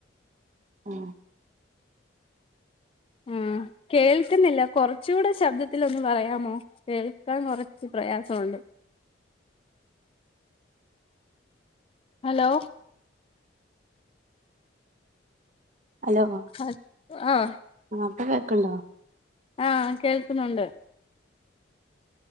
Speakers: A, on the right; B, on the left.
A: ഉം
B: ഉം കേൾക്കുന്നില്ല കുറച്ചുകൂടെ ശബ്ദത്തില് ശബ്ദത്തിൽ ഒന്ന് പറയാമോ കേൾക്കാൻ കുറച്ച് പ്രയാസമുണ്ട് ഹലോ
A: ഹലോ
B: അഹ് ആഹ്.
A: ആഹ് ഇപ്പൊ കേൾക്ക്ണ്ടോ?
B: ആഹ് കേൾക്കുന്നുണ്ട്.